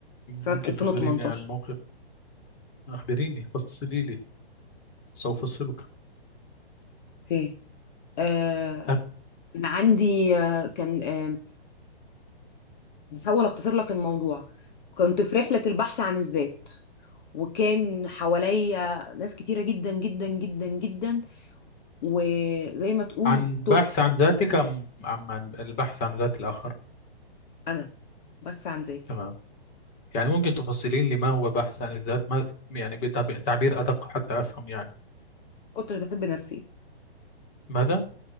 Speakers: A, on the left; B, on the left.
A: سنه
B: ممكن
A: 2018
B: تخبريني عن موقف أخبريني فصلي لي سأفصلك
A: اوكي آه
B: أ-
A: كان عندي آه كان آه بحاول اختصر لك الموضوع كنت في رحله البحث عن الذات وكان حواليا ناس كتيرة جدا جدا جدا جدا وزي ما تقول
B: عن بحث
A: تهت
B: عن ذاتك أم أم عن البحث عن ذات الآخر
A: انا بس عن ذاتي
B: تمام يعني ممكن تفصلين لي ما هو بحث عن الذات ما يعني بتعبير أدق حتى أفهم يعني
A: ما كنتش بحب نفسي
B: ماذا